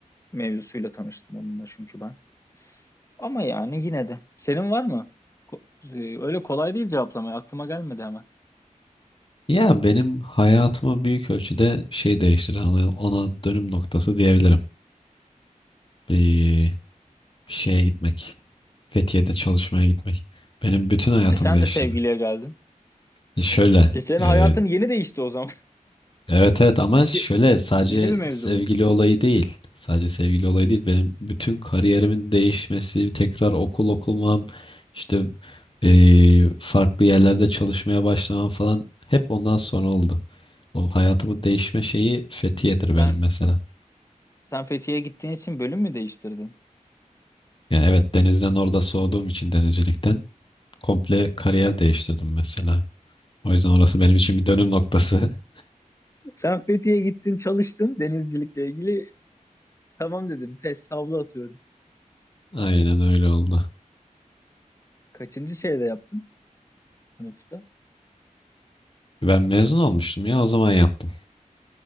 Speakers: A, on the left; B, on the left.
A: mevzusuyla tanıştım onunla çünkü ben. Ama yani yine de. Senin var mı? Ko- e, öyle kolay değil cevaplamaya. Aklıma gelmedi hemen.
B: Ya benim hayatımı büyük ölçüde şey değiştiren ona, ona dönüm noktası diyebilirim. Bir şeye gitmek. Fethiye'de çalışmaya gitmek. Benim bütün hayatımı
A: E sen
B: değiştirdi.
A: de sevgiliye geldin.
B: E Şöyle,
A: E senin
B: e,
A: hayatın yeni değişti o zaman.
B: evet
A: <laughs>
B: evet ama
A: Çünkü
B: şöyle sadece
A: yeni bir mevzu
B: sevgili
A: bu.
B: olayı değil. Sadece sevgili olayı değil. Benim bütün kariyerimin değişmesi, tekrar okul okumam, işte e, farklı yerlerde çalışmaya başlamam falan hep ondan sonra oldu. O hayatımı değişme şeyi Fethiye'dir
A: Sen
B: benim mesela.
A: sen Fethiye'ye gittiğin için bölüm mü değiştirdin?
B: Yani evet denizden orada soğuduğum için denizcilikten komple kariyer değiştirdim mesela. O yüzden orası benim için bir dönüm noktası. <laughs>
A: Sen Fethiye'ye gittin, çalıştın denizcilikle ilgili. Tamam dedin. Test havlu atıyorum.
B: Aynen öyle oldu.
A: Kaçıncı şeyde yaptın? Sınıfta?
B: Ben mezun olmuştum ya o zaman yaptım.